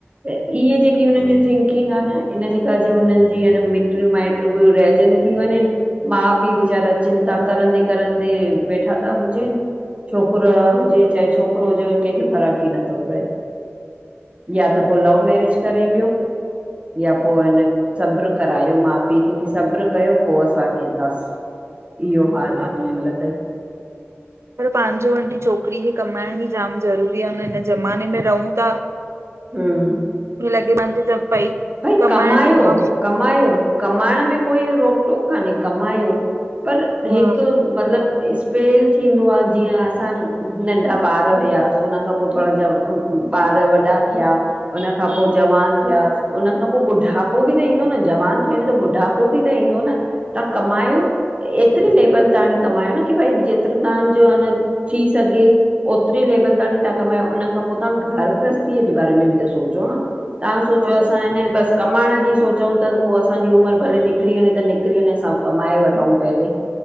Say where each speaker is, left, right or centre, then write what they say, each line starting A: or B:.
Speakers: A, on the right; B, on the right.
A: त इहे जेके की हुननि जी थिंकिंग आ न इन जे कजे हुननि जी आन मिटयूं माइटू, बि रहजंदी ती वञनि। माउ, पीउ वेचारा चिंता करं दे करं ते वेठा त हुजेन। छोकिरो हुजे चाहे छोकिरो हुजे कंहिंखे फ़र्क ई नथो पए। या त पो लव मेरिज करे वियो या पो हिन सब्र करायो माउ पीउ खे की सब्र कयो पो असां केंदास इहो हाल आ हिन महिल त।
B: पर पंहिंजो आंटी छोकिरीअ खे कमाइण बि जाम ज़रूरी आ, हिन ज़माने में रहूं ता
A: हूं
B: लॻे पाहिंजे ॼब पई
A: भई
B: कमाइण
A: कमायो
B: बि जाम
A: कमायो कमाइण में कोई रोक टोक कान्हे कमायो पर
B: हा
A: हिकु मतलबु इस् पेल थींदो आ जीअं असां नंढा ॿार हुया हुन खां पो थोड़ा जव ॿार वॾा थिया उन खां पो जवान थिया उन खां पो ॿुढापो बि त ईंदो न जवान थिया अयूं तो बुढापो बी त ईंदो न तव्हां कमायो एतिरी लेवल ताणी कमायो न की भई जेतिरो तव्हांजो अन थी सघे ओतिरी लेवल ताणी तां कमायो उन खां पो तव्हां घर गृहस्थीअ जे बारे में बि त सोचो न तव्हां सोचो
B: हा
A: असां हिन बसि कमाइण जी सोचूं ता त पो असांजी उमिरि भले निकिरी वञे त निकिरी वञे असां कमाए वठऊं पहले